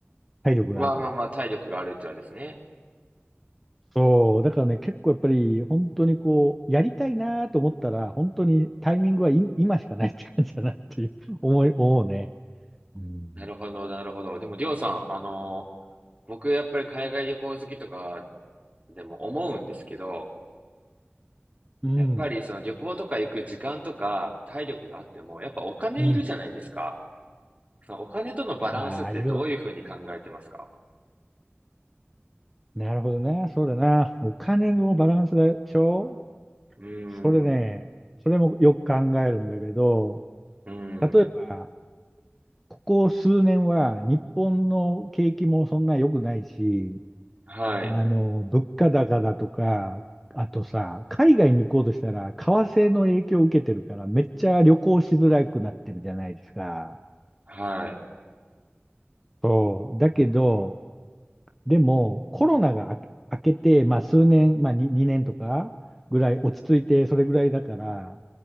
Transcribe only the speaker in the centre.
体力があるから。
そう、だからね、結構やっぱり、本当にこう、やりたいなと思ったら、本当にタイミングはい今しかないって感じだなっていう <laughs> 思い、思うね。うん。
うん。
うん。
ああー、いる。なるほどね。そうだな。お金のバランスでしょ
それね、
それもよく考えるんだけど、
例えば、ここ数年は日本の景気もそんな良くないし、
あの、物価高だとか、あとさ、海外に行こうとしたら、為替の影響を受けてるから、めっちゃ旅行しづらくなってるじゃないですか。
そう。だけど、でも、コロナが明け明けて、まあ数年、まあ2、年とかぐらい落ち着いて、それぐらいだから、